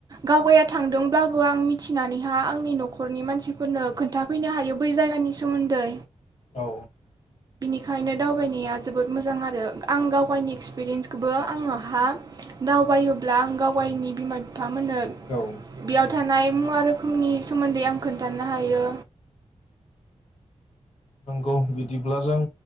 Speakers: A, on the right; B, on the left.
A: गावबाया थांदोंब्लाबो आं मिथिनानैहा आंनि नख'रनि मानसि फोरनो खोन्थाफैनो हायो बै जायगानि सोमोन्दै
B: औ
A: बेखायनो दावबायनाया जोबोद मोजां आरो आं गावगायनि एक्सपिरियेन्सखौबो आङो हा दावबायोब्ला आं गाव गावगायनि बिमा बि फा मोननो
B: औ
A: बेयाव थानाय मुवा रोखोमनि सोमोन्दै आं खोन्था थाननो हायो
B: नंगौ बिदिब्ला जों